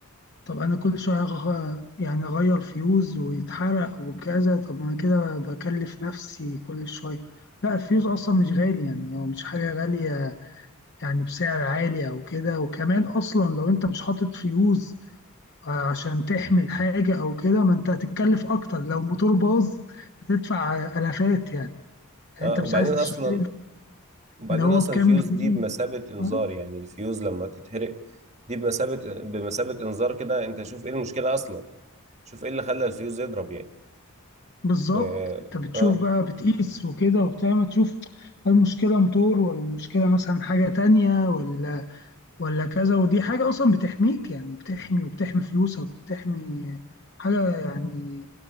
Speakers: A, on the left; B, on the right.
A: طب أنا كل شوية أغ- يعني أغير فيوز ويتحرق وكذا طب ما أنا كده بكلف نفسي كل شوية لا الفيوز أصلا مش غالي يعني هو مش حاجة غالية يعني بسعر عالي أو كده وكمان أصلا لو أنت مش حاطط فيوز عشان تحمل حاجة أو كده ما أنت هتتكلف أكتر لو الموتور باظ هتدفع آلافات يعني يعني
B: اه
A: أنت مش
B: وبعدين
A: عايز
B: اصلا
A: تشتري
B: وبعدين
A: اللي هو
B: اصلا
A: بكام
B: الفيوز
A: جنيه
B: دي بمثابه انذار
A: تمام؟
B: يعني الفيوز لما تتحرق دي بمثابه بمثابه انذار كده انت شوف ايه المشكله اصلا شوف ايه اللي خلى الفيوز يضرب يعني
A: بالظبط
B: اه
A: أنت بتشوف
B: آه.
A: بقى بتقيس وكده وبتعمل تشوف هل المشكلة موتور ولا المشكلة مثلا حاجة تانية ولا ولا كذا ودي حاجة أصلا بتحميك يعني بتحمي وبتحمي فلوسك وبتحمي حاجة يعني